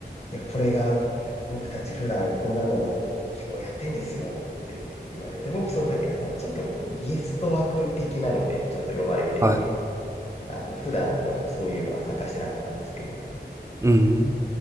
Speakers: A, on the left; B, on the right.
A: いや、これが僕たち普段こんなのを結構やってんですよって言われて、僕その時、あの、ちょっとゲスト枠的なので、ちょっと呼ばれてて、
B: はい。
A: あの、普段のそういうのは参加してなかったんですけど、
B: うん。